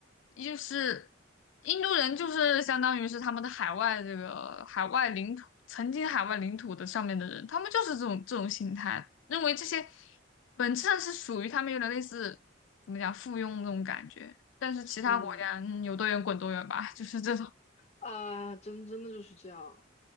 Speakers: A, on the left; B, on the left.
A: 就是印度人就是相当于是他们的海外这个海外领土，曾经海外领土的上面的人，他们就是这种这种心态。认为这些本质上是属于他们有点类似怎么讲附庸那种感觉，但是其他国家嗯有多远滚多远吧，
B: 嗯，
A: <laughs> 就是这种
B: 啊，真真的就是这样。